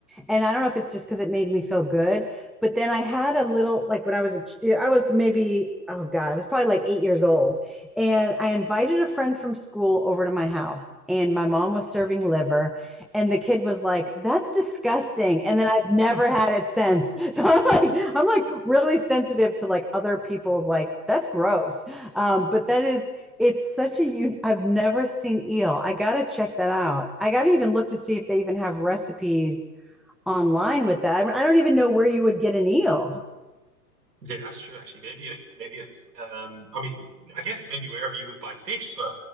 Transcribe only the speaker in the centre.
and I don't know if it's just because it made me feel good, but then I had a little like when I was a I was maybe oh god I was probably like eight years old, and I invited a friend from school over to my house, and my mom was serving liver, and the kid was like that's disgusting, and then I've never <laughs> had it since. <laughs> So I'm like I'm like really sensitive to like other people's like that's gross, um, but that is it's such a you I've never seen eel. I gotta check that out. I gotta even look to see if they even have recipes online with that. I, don't even know where you would get an eel.